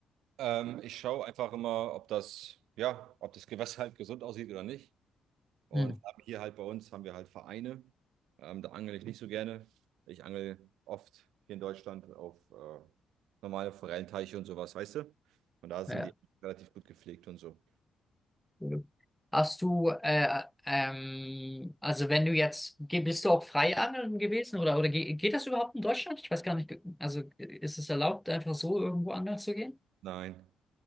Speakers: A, on the right; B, in the centre.
A: Ähm, ich schaue einfach immer, ob das, ja, ob das Gewässer halt gesund aussieht oder nicht. Und
B: Hm.
A: haben hier halt bei uns haben wir halt Vereine. Ähm, da angel ich nicht so gerne. Ich angel oft hier in Deutschland auf äh, normale Forellenteiche und sowas, weißt du? Und da sind
B: Ja,
A: die relativ gut gepflegt und so.
B: Cool. Hast du, äh, ähm, also wenn du jetzt, ge- bist du auch Freiangeln gewesen oder, oder ge geht das überhaupt in Deutschland? Ich weiß gar nicht, also ist es erlaubt, einfach so irgendwo angeln zu gehen?
A: Nein.